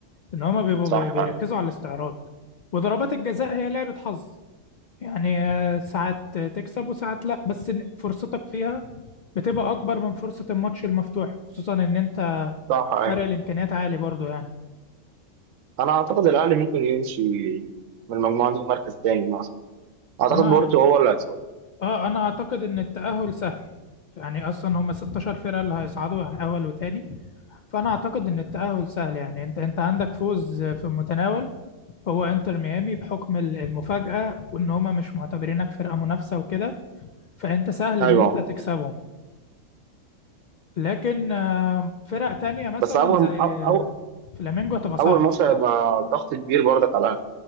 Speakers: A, on the left; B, on the right.
A: ان هما بيبقوا
B: صح
A: بي- بيركزوا
B: ايوه
A: على الاستعراض وضربات الجزاء هي لعبة حظ يعني آه، ساعات تكسب وساعات لا بس فرصتك فيها بتبقى اكبر من فرصة الماتش المفتوح خصوصا ان انت
B: صح ايوه
A: فرق الامكانيات عالي برضو يعني
B: انا اعتقد الاهلي ممكن يمشي من المجموعه دي مركز تاني مثلا اعتقد
A: انا
B: بورتو هو اللي هيصعد
A: اه انا اعتقد ان التأهل سهل يعني اصلا هما 16 فرقة اللي هيصعدوا يعني اول وتاني فانا اعتقد ان التأهل سهل يعني انت انت عندك فوز في المتناول هو انتر ميامي بحكم ال- المفاجأة وان هما مش معتبرينك فرقة منافسة وكده فانت سهل
B: ايوه
A: ان انت تكسبهم لكن آه، فرق تانية مثلا
B: بس اول
A: زي
B: أو... أو...
A: آه، فلامينجو هتبقى صعبة
B: اول ماتش
A: الصراحة
B: هيبقى ضغط كبير برضك على الاهلي